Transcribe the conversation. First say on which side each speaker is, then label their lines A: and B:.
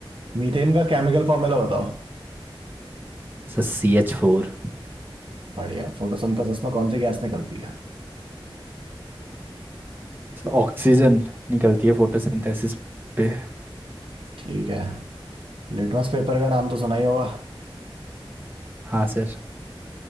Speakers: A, on the right; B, on the right.
A: मीथेन का केमिकल फॉर्मूला बताओ
B: सर सी एच फोर
A: बढ़िया फोटोसिंथेसिस में कौन सी गैस निकलती है
B: सर ऑक्सीजन निकलती है फोटोसिंथेसिस पे
A: ठीक है लिटमस पेपर का नाम तो सुना ही होगा
B: हाँ सर